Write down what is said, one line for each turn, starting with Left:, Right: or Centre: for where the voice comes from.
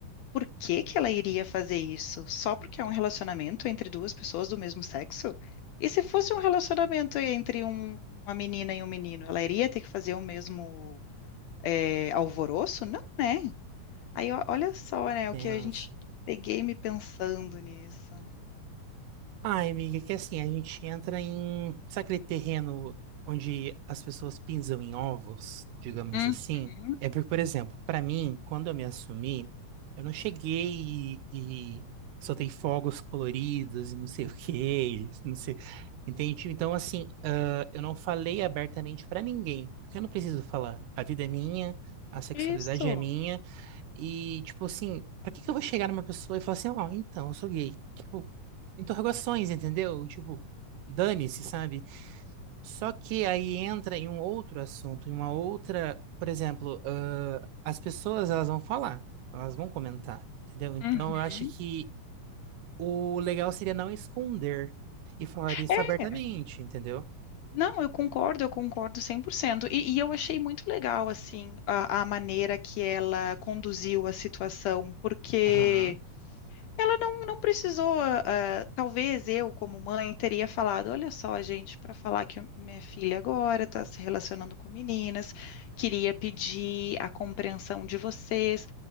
Left: por que que ela iria fazer isso? Só porque é um relacionamento entre duas pessoas do mesmo sexo? E se fosse um relacionamento entre um- uma menina e um menino, ela iria ter que fazer o mesmo é, alvoroço? Não, né? Aí ó, olha só, né,
Right: tenso.
Left: o que a gente peguei me pensando nisso.
Right: Ai, amiga, é que assim, a gente entra em, sabe aquele terreno onde as pessoas pisam em ovos, digamos
Left: Uhum.
Right: assim? É porque, por exemplo, pra mim, quando eu me assumi, eu não cheguei e, e soltei fogos coloridos e não sei o quê, e não sei, entende? Então, assim, ah, eu não falei abertamente pra ninguém, porque eu não preciso falar. A vida é minha, a sexualidade
Left: Isso.
Right: é minha, e, tipo assim, pra que que eu vou chegar numa pessoa e falar assim, ó, então, eu sou gay? Tipo, interrogações, entendeu? Tipo, dane-se, sabe? Só que aí entra em um outro assunto, em uma outra, por exemplo, ãh, as pessoas, elas vão falar, elas vão comentar, entendeu? Então,
Left: Uhum.
Right: eu acho que o legal seria não esconder e falar isso
Left: É.
Right: abertamente, entendeu?
Left: Não, eu concordo, eu concordo 100%. E, e eu achei muito legal, assim, a, a maneira que ela conduziu a situação, porque
Right: Aham.
Left: Ela não, não precisou, ah, ah, talvez eu, como mãe, teria falado: olha só, gente, para falar que minha filha agora está se relacionando com meninas, queria pedir a compreensão de vocês.